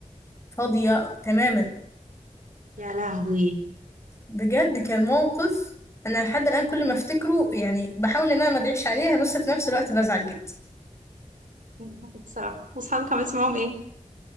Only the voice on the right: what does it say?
يا لهوي
<laughs> الصراحة واصحابك عملتي معاهم ايه